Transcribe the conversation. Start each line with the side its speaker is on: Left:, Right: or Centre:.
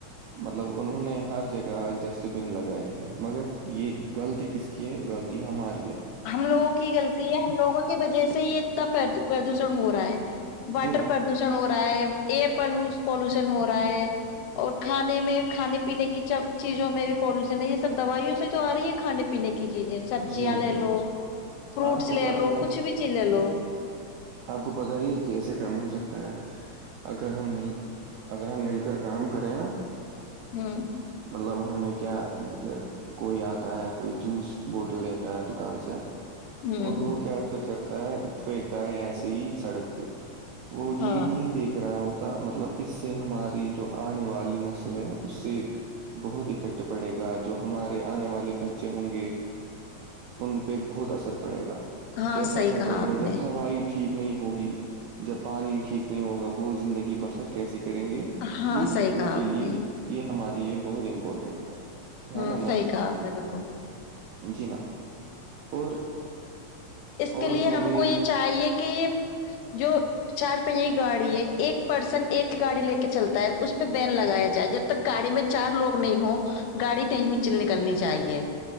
Right: مطلب انہوں نے ہر جگہ ڈسٹ بن لگائے ہیں مگر یہ غلطی کس کی کے غلطی ہماریی ہے
Left: ہم لوگوں کی غلطی ہے ہم لوگوں کی وجہ سے یہ اتنا پردوشن ہو رہا ہے واٹر
Right: جی میم
Left: پر شن ہو رہا ہے ایئر پالوشن ہو رہا ہے اور کھانے میں کھانے پینے کی چیزوں میں بھی پالوشن ہے یہ سب دوائیوں سے تو آ رہی ہے کھانے پینے کی چیزیں سبزیاں
Right: جی میم
Left: لے
Right: جی
Left: لو فروٹس
Right: آپ کو
Left: لے
Right: پتہ
Left: لو
Right: ہے
Left: کچھ بھی چیز لے لو
Right: آپ کو پتا ہی کیسے کام ہو سکتا ہے اگر ہم مل اگر ہم مل کر کام کریں نا
Left: ہاں
Right: مطلب ہمیں کیا کوئی آتا ہے کوئی جوس بوٹل لیتا ہے دکان سے
Left: ہ
Right: اور
Left: ہ
Right: وہ کیا فر کرتا ہے پھینکتا ہے ایسے ہی سڑک پہ وہ
Left: ہاں
Right: عید نہیں دیکھ کرایہ ہوتا مطلب اس سے ہماری جو آنے والی نسل ہے اس سے بہت افیکٹ پڑے گا جو ہمارے آنے والے بچے ہوں گے ان پہ بہت اثر پڑے گا
Left: ہاں
Right: کیسا
Left: صحیح
Right: اثر
Left: کہا
Right: پڑے
Left: آپ
Right: گا جب
Left: نے
Right: ہوائی ٹھیک نہیں ہوگی جب پانی ٹھیک نہیں ہوگا وہ زندگی بسر کیسے کریں گے یہ
Left: ہاں صحیح
Right: ان
Left: کہا
Right: کے
Left: آپ
Right: لیے
Left: نے
Right: یہ ہمارے لیے بہت امپورٹنٹ ہے
Left: ہوں
Right: ہے نا میم
Left: صحیح کہا آپ نے بالکل
Right: جی میم اور
Left: اس
Right: اور
Left: کے لیے
Right: مجھے
Left: ہم کو یہ چاہیے کہ یہ جو چار پن گاڑی ہے ایک پرسن ایک گاڑی لے کے چلتا ہے اس پہ بین لگایا جائے جب تک گاڑی میں چار لوگ نہیں ہو گاڑی نہیں مچل نکلنی چاہیے